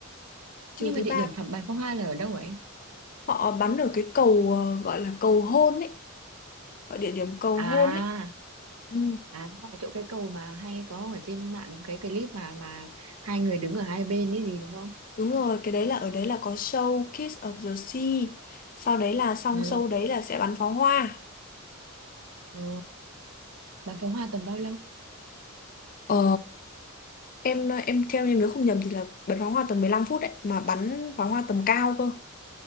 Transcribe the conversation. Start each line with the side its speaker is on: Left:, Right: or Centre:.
Left: Trừ
Right: nhưng
Left: thứ
Right: mà địa
Left: ba
Right: điểm phẩm bắn pháo hoa là ở đâu hả em
Left: họ bắn ở cái cầu ờ, gọi là cầu hôn ấy, ở địa điểm cầu
Right: à
Left: hôn ấy. Ừ,
Right: À, chỗ cái cầu mà hay có ở trên mạng cái clip mà mà hai người đứng ở hai bên ấy gì đúng không?
Left: đúng rồi, cái đấy là ở đấy là có show Kiss of the Sea. Sau đấy là xong
Right: Ờ,
Left: show đấy là sẽ bắn pháo hoa.
Right: ờ. Bắn pháo hoa tầm bao lâu?
Left: Ờ, em em theo như nếu không nhầm thì là bắn pháo hoa tầm 15 phút đấy mà bắn pháo hoa tầm cao cơ.